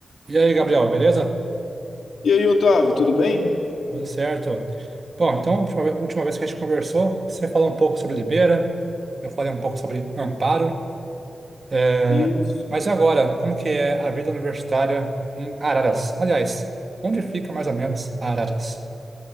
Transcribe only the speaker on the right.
E aí, Gabriel, beleza?
Tudo certo. Bom, então, última ve- última vez que a gente conversou, você falou um pouco sobre Limeira, eu falei um pouco sobre Amparo. É,
Mas e agora, como que é a vida universitária em Araras? Aliás, onde fica mais ou menos Araras?